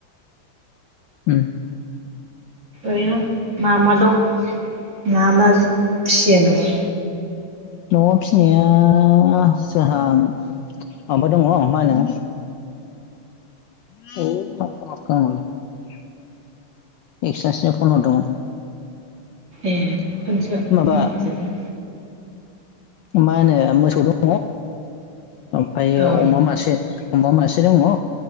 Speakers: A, on the left; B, on the right.
A: हम
B: ओम मा मा दं मा मा फिसियो नोङो?
A: न'आव फिसिनाया जोहां माबा दङ मा होनो <unintelligible> एक्सासो फन हरदोंमोन
B: ए खोनोसो
A: माबा
B: खोनाफोदों
A: मा होनो मोसौ दङ ओमफ्रायो
B: औ
A: अमा मासे अमा मासे दङ